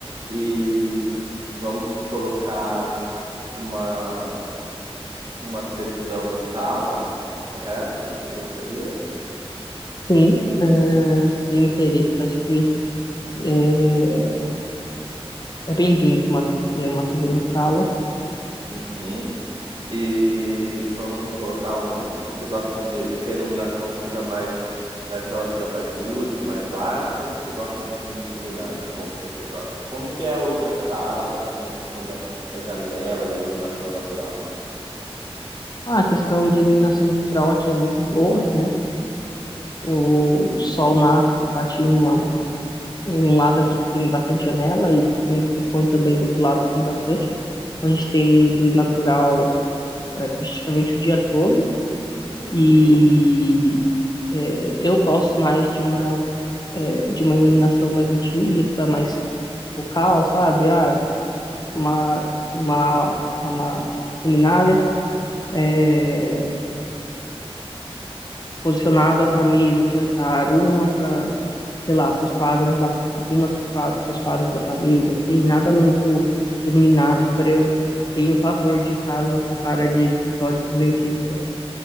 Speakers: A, on the right; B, on the left.
A: e vamos colocar uma, uma televisão na sala, correto? Você gostaria?
B: Sim, é, tem interesse. Acho que é, é bem-vindo uma, é, uma TV na sala.
A: Uhum. E vamos colocar um. Você gosta de, de que a iluminação seja mais daquelas de abajures mais baixas ou você gosta de muito iluminado? Como que você gosta? Como que é hoje a sala, assim, a questão da, da janela, da iluminação natural?
B: Ah, a questão de iluminação natural aqui é muito boa, né? O sol nasce, bate em, uma, em um lado aqui que tem bastante janela, e quando ele se põe também do outro lado tem bastante. Então, A gente tem luz natural é, praticamente o dia todo.
A: Uhum.
B: E é, eu gosto mais de uma, é, de uma iluminação mais intimista, mais focal, sabe? Ah, uma, uma, uma luminária é, posicionada para mesa de jantar, uma para sei lá, para os quadros da, algumas quadros, pros quadros da parede, assim, nada muito iluminado, branco. Tenho pavor de casa com cara de escritório de dentista.